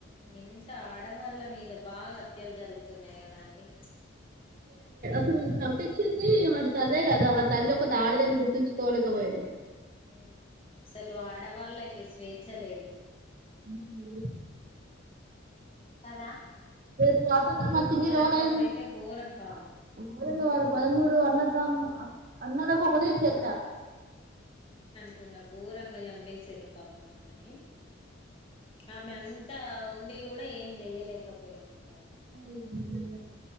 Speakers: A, on the left; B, on the right.
A: ఇంత ఆడవాళ్ల్ మీద బాగా హత్యలు జరుగుతున్నాయి కదా అండి.
B: అ చంపించింది వాడి తల్లే కదా వాడి తల్లి ఒక ఆడదని గుర్తించుకోలేకపోయింది.
A: హ్మ్ అసలు ఆడవాళ్ళకి స్వేచ్ఛ లేదు
B: హు
A: కదా
B: స్వాతంత్రం
A: యూట్యూబ్
B: వచ్చి ఇన్ని
A: యాంకర్ది
B: రోజుల <unintelligible>
A: అయితే ఘోరం పాపం
B: పదమూడు అన్న హమ్మ అన్నలకు ఒకతే చెల్లా
A: టున్న గోరంగ చంపేసిరు పాపం పాపం ఆమె నీ ఆమె అంతా ఉండి కూడా ఏం చెయలేకపోయింది కుడా
B: అరె నువ్వే